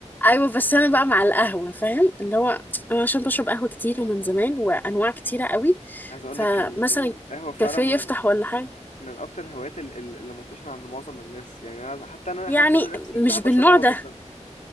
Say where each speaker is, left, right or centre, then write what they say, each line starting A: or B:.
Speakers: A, on the left; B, on the left.
A: ايوه بس انا بقى مع القهوة فاهم اللي هو انا عشان بشرب قهوة كتير ومن زمان وانواع كتيرة قوي
B: عايز اقول
A: فمثلا
B: لك ال- ال- القهوة فعلا
A: كافيه
B: من
A: يفتح ولا حاجة
B: من اكتر الهوايات ال- ال- اللي منتشرة عند معظم الناس يعني انا حتى انا
A: يعني
B: حتى انا نفسي
A: مش
B: بحب
A: بالنوع
B: اشرب قهوة
A: ده
B: جدا